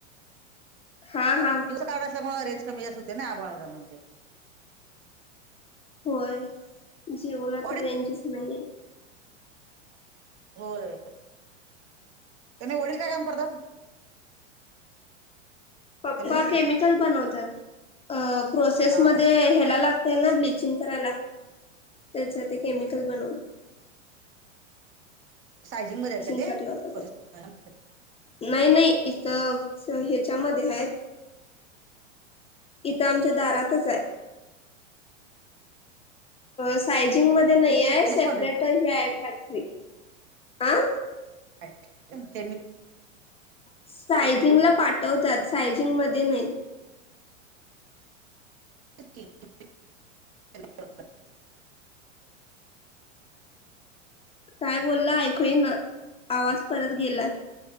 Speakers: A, on the left; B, on the right.
A: हा हा
B: दिवसच काळं असल्यामुळे रेंज कमी जास्त होते ना आबाळ झालं म्हणजे.
A: होय, जीओला
B: वडील
A: तर रेंजच नाहीये.
B: होय त्यांना वडील काय काम करतात?
A: पप्पा
B: हॅलो
A: केमिकल बनवत्यात, प्रोसेसमध्ये
B: हा हा
A: ह्याला लागतय ना जीन कराला त्यांचं ते केमिकल बनवता.
B: सायझिंग मधे आहे का ते?
A: साठी वापरतात.
B: प्रोसेस <unintelligible>
A: नाही नाही इथ ह्याच्यामध्ये हायेत. इथं आमच्या दारातच हाय. सायजिंग मध्ये
B: हा,
A: नाही
B: कुठली
A: हाय
B: गणेश
A: सेपरेट
B: फाउंड्री
A: हे हाय फॅक्टरी. आं?
B: <unintelligible> तुमचे मि --
A: सायझिंगला पाठत्यात, सायजिंग मदे नाही.
B: <inaudible> <unintelligible>
A: काय बोलला ऐकू येईना, आवाज परत गेला.